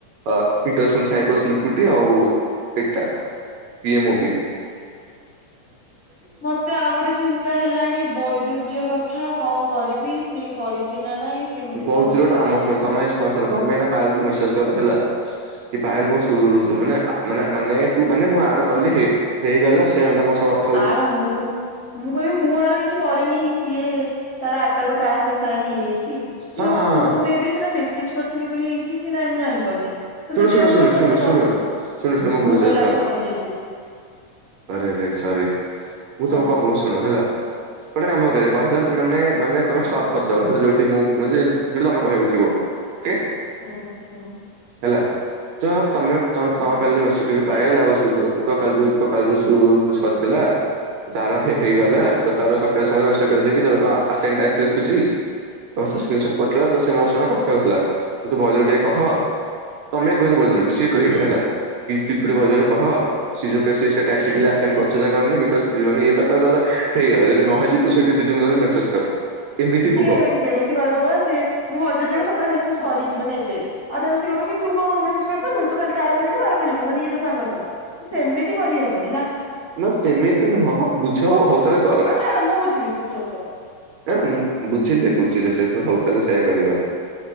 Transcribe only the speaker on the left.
ମୋତେ ଆଉ ଗୋଟେ ଚିନ୍ ତ ହେଲାଣି ବୈଦୁର୍ଯ୍ୟ କଥା କଣ କରିବି ସିଏ କରିଛି ନା ନାଇଁ। ସେ ମତେ
କହିଛି
ନା ନାଇଁ।
ଆର ମୁଁ ମୁଁ କହିବି ମୁଁ ଆର କିଛି କରିନି ସିଏ ତାର ଆପେଆପେ ଟାସ୍ ଆସାଇନ ହେଇଯାଇଛି। ସେ
କହିବ
ମୁଁ ମେ ବି ସେଟା ମେସେଜ କରିଥିଲି ବୋଲି ହେଇଛି କି ନାଇଁ ମୁଁ ଜାଣିପାରୁନି। ତ
ସେଥିପାଇଁ
ମୁଁ
କହିବି ତତେ
ପ
ଓଭରଲାପ
ହବନି ଯେମିତି
କହ
ହୁଁ ହଁ।
ସେ
କାଇଁ ମେସେଜ କରିବ ସେ କହିବ ପା ସେ ମୁଁ ବଦ୍ୟ ସକାଳେ ମେସେଜ୍ କରିଛି ମାନେ ଏବେ। ଆଉ ତା ପରେ ସେ କହିବ କି ତୁ କଅଁ ମେସେଜ କରିପାରୁନୁ ତୁ କାଲି ତାର କରିବୁ ଆର କରିବୁନୁ ମାନେ ଇଏ ତୋ ସାଙ୍ଗ ନୁହଁ। ସେମିତି କରିହବନି ହା।
ଆ ଛାଡ ମୁଁ ବୁଝିବି ତୁ ଚୁପ୍ ର।